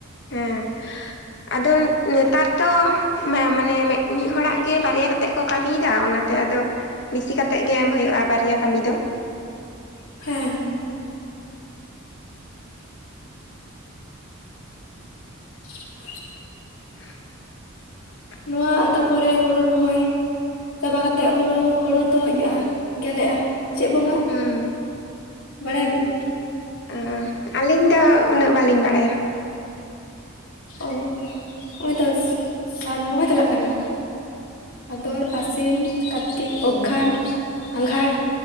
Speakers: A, on the left; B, on the left.
A: ᱦᱮᱸ, ᱟᱫᱚ ᱱᱮᱛᱟᱨ ᱫᱚ, ᱢᱮ ᱢᱟᱱᱮ ᱢᱤᱫ ᱦᱚᱲᱟᱜ ᱜᱮ ᱵᱟᱨᱭᱟ ᱠᱟᱛᱮ ᱠᱚ ᱠᱟᱹᱢᱤᱭᱮᱫᱟ᱾ ᱚᱱᱟ ᱛᱮ ᱟᱫᱚ ᱵᱤᱥᱤ ᱠᱟᱛᱮᱫ ᱜᱮ ᱮᱢ ᱦᱩᱭᱩᱜᱼᱟ, ᱵᱟᱨᱭᱟ ᱠᱟᱹᱢᱤ ᱫᱚ᱾
B: ᱦᱮᱸ, <unintelligible>
A: <unintelligible>
B: ᱱᱚᱣᱟ ᱟ ᱛᱟᱯᱚᱨᱮ ᱦᱳᱲᱳ ᱨᱚᱦᱚᱭ, ᱪᱟᱵᱟ ᱠᱟᱛᱮᱫ ᱦᱳᱲᱳ, ᱦᱳᱲᱳ ᱛᱚ ᱤᱭᱟᱹᱜᱼᱟ ᱜᱮᱞᱮᱜᱼᱟ? ᱪᱮᱫ ᱵᱚᱸᱜᱟ,
A: ᱦᱩᱸ
B: ᱵᱟᱲᱟᱭ ᱟᱹᱵᱤᱱ?
A: ᱚ ᱟᱹᱞᱤᱧ ᱫᱚ ᱩᱱᱟᱹᱜ ᱵᱟᱹᱞᱤᱧ ᱵᱟᱲᱟᱭᱟ᱾
B: ᱚ ᱦᱚᱜᱼᱚᱭ ᱛᱚ ᱥᱟ ᱥᱟᱱ ᱵᱚᱸᱜᱟ ᱪᱟᱞᱟᱜ ᱠᱟᱱᱟ, ᱵᱷᱟᱫᱚᱨ, ᱟᱥᱤᱱ, ᱠᱟᱨᱛᱤᱠ, ᱚᱜᱽᱜᱷᱟᱱ, ᱟᱸᱜᱷᱟᱲ,